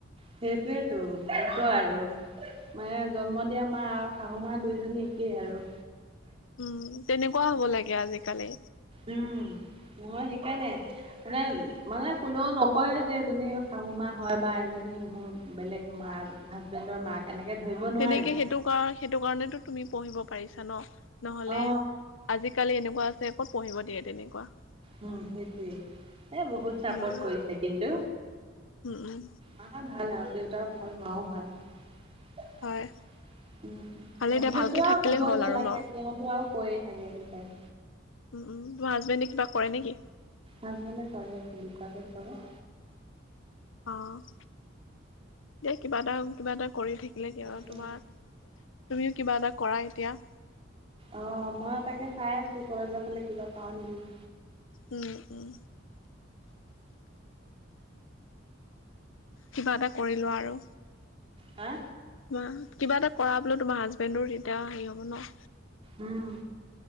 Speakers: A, on the right; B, on the left.
A: সেইটয়েতো ভদ আৰু মানে জন্ম দিয়া মা আৰু শাহু মা দুইজনী একেই আৰু
B: উম তেনেকুৱা হব লাগে আজিকালি
A: উম মই সেইকাৰণে মানে মানে কোনেও নকয় যে এজনী শাহু মা হয় বা এজনী মোৰ বেলেগ মা হাজবেণ্ডৰ মাক এনেকে ধৰিব নোৱাৰে
B: তেনেকে সেইটো কাৰ সেইটো কাৰণেতো তুমি পঢ়িব পাৰিছা ন নহলে
A: অ
B: আজিকালি এনেকুৱা আছে ক'ত পঢ়িব দিয়ে তেনেকুৱা
A: উ সেইটোৱে এ বহুত চাপৰ্ট
B: উম
A: কৰিছে কিন্তু।
B: উম উম
A: মা ভাল আৰু দেউতাও ভাল মাও ভাল হাজবেণ্ডটো
B: হয় ভালে দিয়া ভালকে থাকিলেই
A: আৰু ক'বই
B: হ'ল
A: নালাগে
B: আৰু ন
A: তেওঁতো আৰু কৈয়ে থাকে এনি টাইম
B: উম উম তোৰ হাজবেণ্ডে কিবা কৰে নেকি?
A: হাজবেণ্ডে কৰে ফ কোৱাডৰ কৰে
B: অ', দ কিবা এটা কিবা এটা কৰি থাকিলে ক
A: তাকে।
B: তোমাৰ তুমিও কিবা এটা কৰা এতিয়া
A: অ', মই তাকে চাই আছো কলেজৰ ফালে কিবা পাও নেকি
B: উম উম কিবা এটা কৰি লোৱা আৰু
A: হা?
B: মা কিবা এটা কৰা বোলে তোমাৰ হাজবেণ্ডৰ তেতিয়া হেৰি হ'ব ন'।
A: উম,